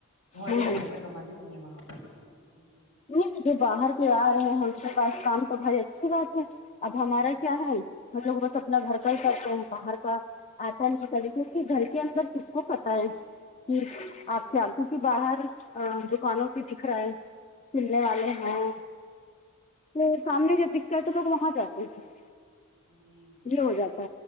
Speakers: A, on the left (about 70°); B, on the left (about 30°).
A: وہ اچھا
B: ہوں
A: پیسہ کما لیتی ہیں وہاں پر جی
B: نہیں جو باہر کے آرہے ہیں ہم کے پاس کام تو بھائی اچھی بات ہے اب ہمارا
A: ہ
B: کیا ہے ہم لوگ بس اپنا گھر کا ہی کرتے ہیں باہر کا آتا نہیں ہے کبھی کے گھر کے اندر کس کو پتا ہے کہ
A: ہ
B: آپ کے آنکھوں
A: ہ
B: کی باہر آ دکانوں پہ دکھ رہا ہے کلنے والے ہیں وہ سامنے جب دکھتا ہے تو لوگ وہاں جاتے ہیں
A: جی جی
B: یہ ہو جاتا